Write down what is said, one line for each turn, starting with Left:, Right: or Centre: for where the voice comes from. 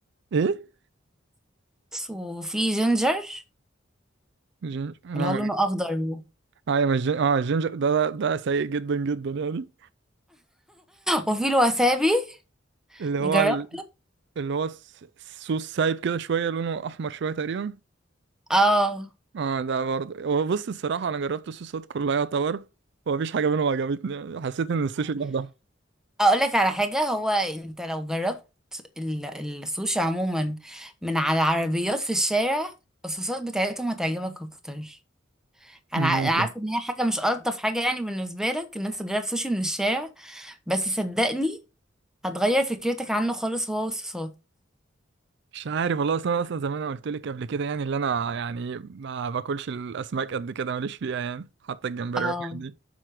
Right: ايه
Centre: وفي جينجر
Right: جينجر لا
Centre: اللي هو
Right: ما
Centre: لونه اخضر <laughs> و-
Right: ايوه مش جن... اه الجينجر ده ده ده سيء جدا جدا يعني
Centre: وفي الوسابي
Right: اللي هو
Centre: جربت
Right: ال... اللي هو الس- السوس سايب كده شويه لونه احمر شويه تقريبا
Centre: اه
Right: اه ده برضه هو بص الصراحه انا جربت الصوصات كلها يعتبر ومفيش حاجه منهم عجبتني يعني حسيت ان السوشي لوحده
Centre: اقول لك على حاجه هو انت لو جربت ال- السوشي عموما من على عربيات في الشارع الصوصات بتاعتهم هتعجبك اكتر انا
Right: ممكن
Centre: ع- أنا عارفه ان هي حاجه مش الطف حاجه يعني بالنسبه لك ان انت تجرب سوشي من الشارع بس صدقني هتغير فكرتك عنه خالص هو والصوصات
Right: مش عارف والله اصلا اصلا زي ما انا قلت لك قبل كده يعني اللي انا يعني ما باكلش الاسماك قد كده ماليش فيها يعني حتى الجمبري
Centre: اه
Right: والحاجات دي